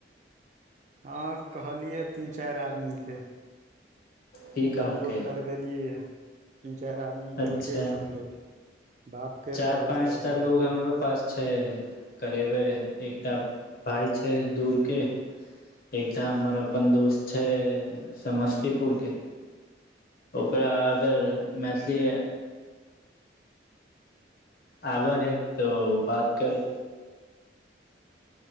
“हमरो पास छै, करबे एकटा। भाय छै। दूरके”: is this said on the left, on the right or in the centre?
Left